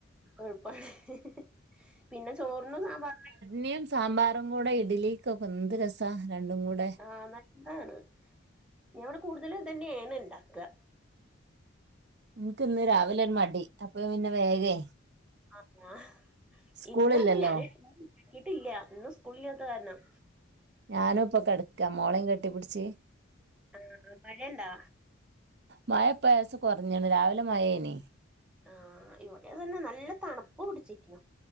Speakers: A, in the centre; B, on the right.
A: എളുപ്പാണ് ഹ് ഹ് പിന്നെ ചോറിനും സാമ്പാറന്നെ
B: നിം സാമ്പാറും കൂടെ ഇഡ്ലിക്കൊക്കെ എന്ത് രസാ രണ്ടും കൂടെ
A: ആഹ് നല്ലതാണ് ഞാനിവിടെ കൂടുതലും ഇതന്നേണ് ഇണ്ടാക
B: എന്ക്ക് ഇന്ന് രാവിലെ ഒരു മടി അപ്പ പിന്നെ വേഗേ
A: ആഹ്
B: സ്കൂളില്ലല്ലോ
A: ഇന്ന് അത് ഞാനേ <unintelligible> ക്കിട്ടില്യ ഇന്ന് സ്കൂളില്യാത്ത കാരണം
B: ഞാനും ഇപ്പൊ കെടക്ക മോളേം കെട്ടിപ്പിടിച്ച്
A: ആഹ് മഴെണ്ടാ
B: മഴ ഇപ്പ ലേസം കൊറഞ്ഞെണ് രാവിലെ മഴേണ്
A: ആഹ് ഇവിടെ അത് തന്നെ നല്ല തണുപ്പ് പിടിച്ചിക്ക്ണു